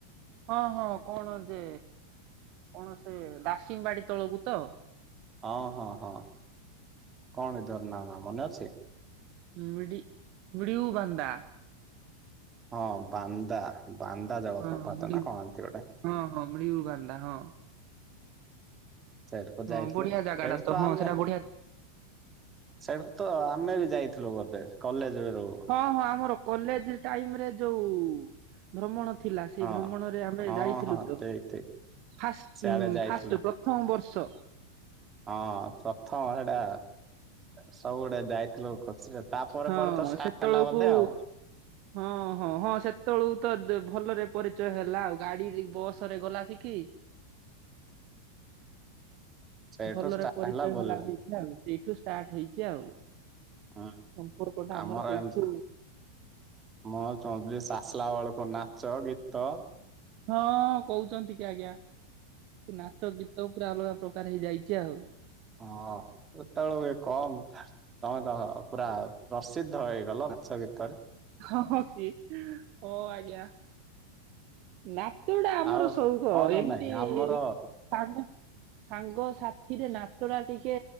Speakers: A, on the right; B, on the right.
A: ହଁ ହଁ କଣ ଯେ କଣ ସେ ଦାସିଂବାଡ଼ି ତଳକୁ ତ?
B: ହଁ ହଁ ହଁ କଣ ଏ ଝରଣା ନା ମନେ ଅଛି?
A: ମିଡ଼ି ମିଡ଼ିଉ ବାନ୍ଦା
B: ହଁ ବାନ୍ଦା, ବାନ୍ଦା ଜଳପ୍ରପାତ
A: ହଁ ମିଡି
B: ନା କଣ ଏମିତ ଗୋଟେ।
A: ହଁ ହଁ ମିଳିଉ ବାନ୍ଦା ହଁ।
B: ସେଠକୁ
A: ହଁ
B: ଯାଇଥିଲୁ
A: ବଢିଆ ଜାଗା
B: ଏଠୁ
A: ଟା
B: ତ
A: ହଁ
B: ଆମେ
A: ସେଟା ବଢିଆ
B: ସେଠୁ ତ ଆମେ ବି ଯାଇଥିଲୁ ବୋଧେ କଲେଜ ରୁ ସବୁ।
A: ହଁ ହଁ ଆମର କଲେଜ୍ ଟାଇମ୍ ରେ ଯୋଉ ଭ୍ରମଣ ଥିଲା ସେଇ
B: ହଁ
A: ଭ୍ରମଣରେ ଆମେ
B: ହଁ
A: ଯାଇଥିଲୁ
B: ହଁ
A: ତ।
B: ଠିକ ଠିକ
A: ଫାଷ୍ଟ୍
B: ସିଆଡେ ଯାଇଥିଲ
A: ଫାଷ୍ଟ୍ ପ୍ରଥମ ବର୍ଷ।
B: ହଁ ପ୍ରଥମ ସେଇଟା ସବୁ ଗୁଡେ ଯାଇଥିଲୁ। ହଁ ସେ ତାପରେ
A: ହଁ
B: ପରେ ତ ଷ୍ଟାର୍ଟ
A: ସେତେବେଳକୁ
B: ହେଲା ବୋଧେ ଆଉ?
A: <unintelligible> ହଁ ହଁ ହଁ ସେତେବେଳକୁ ତ ଭଲରେ ପରିଚୟ ହେଲା ଆଉ ଗାଡି ବସ ରେ ଗଲା ଆସିକି। <unintelligible>
B: ସେଇଠୁ
A: ଭଲରେ
B: ଷ୍ଟାର୍ଟ
A: ପରିଚୟ
B: ବୋଲରେ
A: ହେଲା ସେଇଠା ଆଉ ସେଇଠୁ ଷ୍ଟାର୍ଟ ହେଇଛି ଆଉ।
B: ହୁଁ
A: ସମ୍ପର୍କଟା
B: ଆମର
A: ସେଇଠୁ
B: ଏମିତି ମୁଁ ଚାହୁଁଥିଲି ସେ ଆସିଲା ବେଳକୁ ନାଚ ଗୀତ
A: ହଁ କହୁଛନ୍ତି କି ଆଜ୍ଞା ନାଚ ଗୀତ ପୁରା ଅଲଗା ପ୍ରକାର ହେଇଯାଇଚି ଆଉ।
B: ହଁ ବୋଇତିଆଳୁ ହୁଏ କମ୍। ତମେ ତ ପୁରା ପ୍ରସିଦ୍ଧ ହେଇଗଲ ନାଚ ଗୀତ୍
A: ହଁ ହ କି ହଁ ଆଜ୍ଞା। ନାତ ଟା ଆମର
B: ଆଉ
A: ସଉକ
B: ହଁ ନା
A: ଏମିତି
B: ନାଇଁ ଆମର
A: ତାକୁ ସାଙ୍ଗ ସାଥିରେ ନାଚଟା ଟିକେ